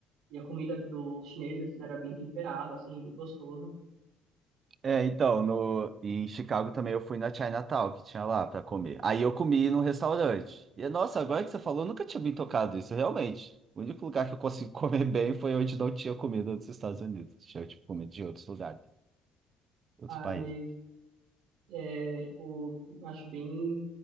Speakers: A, on the right (about 80°); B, on the right (about 45°).
A: E a comida dos chineses era bem temperada, assim, bem gostosa.
B: é, então, no, em Chicago também eu fui na Chinatown, que tinha lá pra comer. Aí eu comi num restaurante. E, nossa, agora que você falou, eu nunca tinha me tocado isso, realmente. O único lugar que eu consegui <laughs> comer bem foi onde não tinha comida dos Estados Unidos. Tinha, tipo, comida de outros lugares, outros
A: Ah,
B: países.
A: mas é, tipo, acho bem,